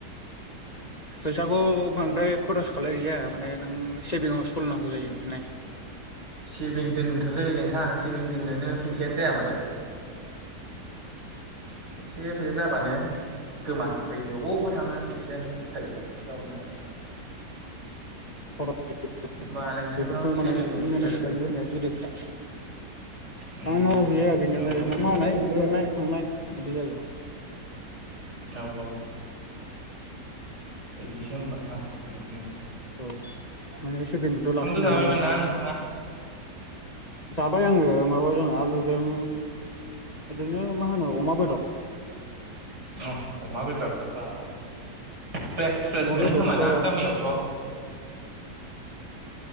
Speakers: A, on the left (about 25°); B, on the right (about 75°).
A: फैसाखौ बांद्राय खरस खालाय जाया माने नों सेभिंआव सलिनांगौ जायो माने।
B: सेभिं दोननोथलै नोंथां सेभिं दोननोनो फैसायानो जाया माथो एसेब फैसा जाबानो गोमाजोबफायो ओबाव ओ थाङो फैसायानो फाता गैया गावनो आं
A: <unintelligible>
B: होमबा नोंथांनाव
A: बेफोरखौ माने
B: सेभिं दंसोगारो
A: मेनेज खालामनो
B: बे
A: रोंनायासो गिदिर खोथा
B: उम
A: आंनाव
B: उम
A: गैया गैनायालाय
B: औ नोंथां
A: माने मावनाय मोननाय थांनाय इदि जायो।
B: औ औ इदिसो होमबा उम उम
A: औ <unintelligible> सेभिंबोथ'
B: ओंखामथ'
A: लाखिनो
B: जाबायमोन
A: हाया दा
B: ना नोंथाङा
A: जाबाय आङो माबाजों आलुजों इदिनो मा होनो अमा बेदर
B: अ अमा बेदर बा फ्रेस फ्रेस
A: अमा
B: मोनो
A: बेदराथ'
B: खोमाना गामियावथ'